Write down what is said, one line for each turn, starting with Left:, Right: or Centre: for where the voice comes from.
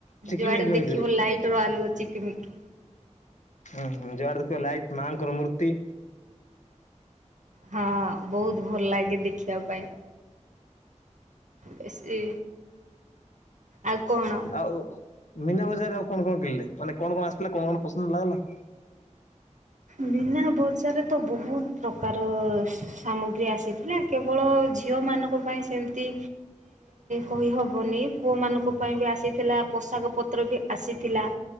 Left: ଚିକିମିକି
Right: ଯୁଆଡେ
Left: ହେଇକରି
Right: ଦେଖିବ ଲାଇଟ ର ଆଲୁଅ ଚିକିମିକି
Left: ହୁଁଁ ହଁ ଯୁଆଡ଼େ ଦେଖିବ ଲାଇଟ୍ ମାଆଙ୍କ ର ମୂର୍ତ୍ତି
Right: ହଁ ବହୁତ ଭଲ ଲାଗେ ଦେଖିବା ପାଇଁ। ଏ ଶ୍ରି ଆଉ କଣ?
Left: ଆଉ ମୀନା ବଜାର ଆଉ କଣ କଣ କିଣିଲେ ମାନେ କଣ କଣ ଆସିଲା କଣ କଣ ପସନ୍ଦ ଲାଗିଲା?
Right: ମିନା ବଜାରରେ ତ ବହୁତ ପ୍ରକାର ସାମଗ୍ରୀ ଆସିଥା ହେଲା କେବଳ ଝିଅମାନଙ୍କ ପାଇଁ ସେମିତି କହିହେବନି ପୁଅମାନଙ୍କ ପାଇଁ ବି ଆସିଥିଲା ପୋଷାକ ପତ୍ର ବି ଆସିଥିଲା।